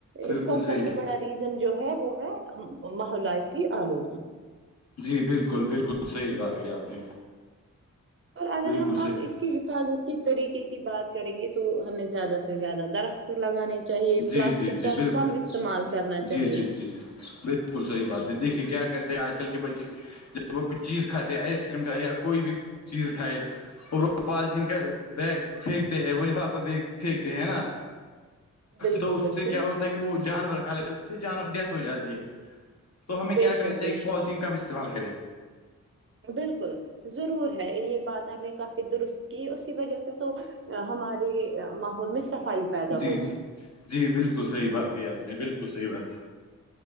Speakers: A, on the left; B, on the right.
A: بالکل
B: اس کا
A: صحیح
B: سب سے
A: بات
B: بڑا ریزن جو ہے وہ ہے محولیاتی آلودگی
A: جی بالکل بالکل صحیح بات کی آپ نے
B: اور اگر
A: بالکل
B: ہم
A: صحیح
B: اب اس کی حفاظت کے طریقے کی بات کریں گے تو ہمیں زیادہ سے زیادہ درخت لگانانی چاہیے
A: جی
B: پلاسٹک
A: جی جی
B: کا
A: بالکل
B: کم استعمال کرنا
A: جی
B: چاہیے
A: جی جی جی نہیں بالکل صحیح بات ہے دیکھیے کیا کرتے ہیں آج کل کے بچے جب وہ کچھ چیز کھاتے آئس کریم کھائے یا کوئی بھی چیز کھائے اور وہ پالچین کا بیگ پھینکتے ہیں وہ لفافہ پھینکتے ہیں نا
B: بالکل
A: تو اس
B: بالکل
A: سے کیا ہوتا ہے کہ وہ جانور کھا لیتے اس سے جانور ڈیتھ ہو جاتی ہے تو ہمیں
B: بے
A: کیا کرنا
B: شک
A: چاہیے
B: بے
A: کہ
B: شک
A: پالیتین کم استعمال کریں
B: بالکل ضرور ہے یہ بات آپ نے کافی درست کی اسی وجہ سے تو ہمارے ماحول میں صفائی پیدا
A: جی
B: ہوگی
A: جی جی بالکل صحیح بات کہ آپ نے بالکل صحیح بات